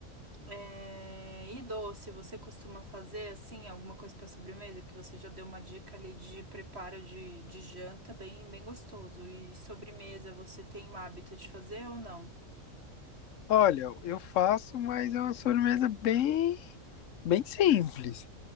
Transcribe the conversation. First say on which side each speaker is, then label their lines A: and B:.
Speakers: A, on the right (about 50°); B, on the left (about 70°).
A: É, E doce, você costuma fazer assim alguma coisa para sobremesa? Que você já deu uma dica ali de preparo de, de janta bem, bem gostoso. E sobremesa, você tem o hábito de fazer ou não?
B: Olha, eu faço, mas é uma sobremesa bem, bem simples.